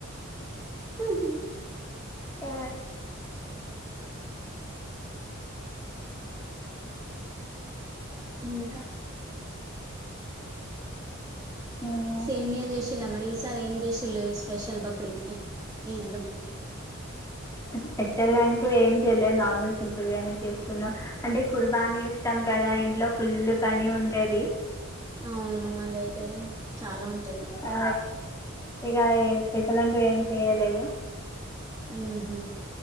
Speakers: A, on the right; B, on the left.
A: ఇ
B: అ
A: ఇంకా
B: హ్మ్
A: సేమ్యా చేసిలా మరి ఈసారి ఏం చేసిళు స్పెషల్ బక్రీద్కికి ఈద్ లో
B: అ స్పెషల్ అంటూ ఏం చేయలే నార్మల్ సింపుల్గానే చేసుకున్నాం అంటే కుర్బానీ ఇష్టం కదా మా ఇంట్లో ఫుల్ పని ఉంటది
A: అవును అదయితే ఇగ చాలా ఉంట
B: అ ఇగ స్పెషల్లంటూ ఏం చెయలేదు
A: ఉహు